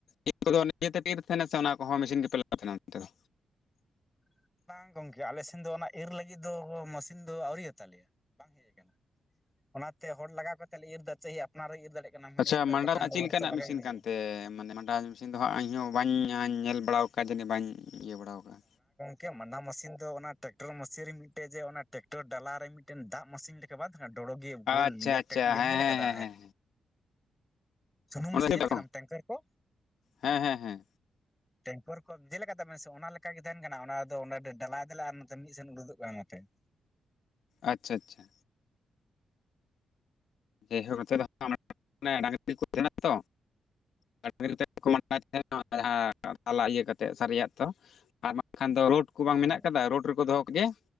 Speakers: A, on the left; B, in the centre.
A: ᱤᱨ ᱠᱚᱫᱚ ᱱᱤᱡᱮ ᱛᱮᱯᱮ ᱤᱨ ᱛᱟᱦᱮᱱᱟ ᱥᱮ ᱚᱱᱟ ᱠᱚᱦᱚᱸ ᱢᱮᱥᱤᱱ ᱜᱮᱯᱮ ᱞᱟᱜᱟᱣ ᱛᱟᱦᱮᱱᱟ ᱚᱱᱛᱮ ᱫᱚ
B: <inaudible> ᱵᱟᱝ ᱜᱚᱝᱠᱮ ᱟᱞᱮ ᱥᱮᱱ ᱫᱚ ᱚᱱᱟ ᱤᱨ ᱞᱟᱹᱜᱤᱫ ᱫᱚ ᱢᱮᱥᱤᱱ ᱫᱚ ᱟᱹᱣᱨᱤᱭᱟᱜ ᱛᱟᱞᱮᱭᱟ ᱵᱟᱝ ᱦᱮᱡ ᱟᱠᱟᱱᱟ᱾ ᱚᱱᱟᱛᱮ ᱦᱚᱲ ᱞᱟᱜᱟᱣ ᱠᱟᱛᱮᱫ ᱞᱮ ᱤᱨ ᱫᱟ ᱪᱟᱭ ᱟᱯᱱᱟᱨᱮ ᱤᱨ ᱫᱟᱲᱮᱭᱟᱜ ᱠᱟᱱᱟ ᱢᱮᱱ
A: ᱟᱪᱪᱷᱟ
B: ᱤᱨ ᱢᱮ
A: ᱢᱟᱰᱟᱞᱟᱜ
B: ᱵᱟᱠᱷᱟᱱ ᱫᱚ
A: ᱪᱮᱫ
B: ᱦᱚᱲ
A: ᱞᱮᱠᱟᱱᱟᱜ
B: ᱛᱚ ᱞᱟᱜᱟᱭ
A: ᱢᱮᱥᱤᱱ
B: ᱦᱩᱭᱩᱜᱼᱟ
A: ᱠᱟᱱᱛᱮ ᱢᱟᱱᱮ ᱢᱟᱰᱟᱞ ᱢᱮᱥᱤᱱ ᱫᱚ ᱤᱧᱦᱚᱸᱵᱟᱹᱧ ᱧᱮᱞ ᱵᱟᱲᱟ ᱟᱠᱟᱫᱟ ᱚᱱᱠᱟ ᱡᱟᱹᱱᱤᱡ ᱵᱟᱹᱧ ᱤᱭᱟᱹ ᱵᱟᱲᱟ ᱟᱠᱟᱫᱟ
B: ᱠᱮ ᱢᱟᱰᱟ ᱢᱮᱥᱤᱱ ᱫᱚ ᱚᱱᱟ ᱴᱮᱠᱴᱚᱨ ᱢᱥᱤᱱ ᱨᱮ ᱢᱤᱫᱴᱮᱡ ᱡᱮ ᱚᱱᱟ ᱴᱮᱠᱴᱚᱨ ᱰᱟᱞᱟ ᱨᱮ ᱢᱤᱫᱴᱮᱱ ᱫᱟᱜ ᱢᱮᱥᱤᱱ ᱞᱮᱠᱟ ᱵᱟᱫ ᱰᱚᱲᱚᱜᱮ ᱜᱳᱞ
A: ᱟᱪᱪᱷᱟ ᱟᱪᱪᱷᱟ
B: ᱤᱭᱟᱹᱢ
A: ᱦᱮᱸ
B: ᱧᱮᱞ
A: ᱦᱮᱸ
B: ᱠᱟᱫᱟ
A: ᱦᱮᱸ
B: ᱥᱩᱱᱩᱢ
A: ᱦᱮᱸ
B: ᱢᱮᱥᱮᱱ ᱧᱮᱞ ᱠᱟᱫᱟᱢ ᱴᱮᱝᱠᱟᱨ ᱠᱚ
A: ᱦᱮᱸ ᱦᱮᱸ ᱦᱮᱸ
B: ᱴᱮᱝᱠᱚᱨ ᱠᱚ ᱡᱮᱞᱮᱠᱟ ᱛᱥ ᱚᱱᱟᱠᱟᱜ ᱜᱮ ᱛᱟᱦᱮᱱ ᱠᱟᱱᱟ ᱚᱱᱟ ᱚᱸ ᱰᱟᱞᱟᱭ ᱫᱟᱞᱮ ᱟᱨ ᱱᱚᱛᱮ ᱢᱤᱫ ᱥᱮᱱ ᱩᱰᱩᱫᱚᱜ ᱠᱟᱱᱟ ᱱᱚᱛᱮ <inaudible>
A: ᱟᱪᱪᱷᱟ ᱟᱪᱪᱷᱟ ᱡᱮᱦᱳ ᱠᱟᱛᱮᱮᱫ ᱫᱚ ᱰᱟᱝᱨᱤ ᱠᱚ ᱛᱟᱦᱮᱱᱟ ᱛᱚ ᱰᱟᱝᱨᱤ ᱛᱮ ᱠᱚ ᱢᱟᱰᱟᱭ ᱛᱟᱦᱮᱫ ᱡᱟᱦᱟᱸ ᱛᱟᱞᱟ ᱤᱭᱟᱹ ᱠᱟᱛᱮ ᱥᱟᱹᱨᱤᱭᱟᱜ ᱛᱚ ᱟᱨ ᱵᱟᱝᱠᱷᱟᱱ ᱫᱚ ᱨᱳᱰ ᱵᱟᱝ
B: ᱦᱩᱸ
A: ᱢᱮᱱᱟᱜ ᱟᱠᱟᱫᱟ ᱨᱳᱰ ᱨᱮᱠᱚ ᱫᱚᱦᱚ ᱠᱮᱫᱮᱭᱟ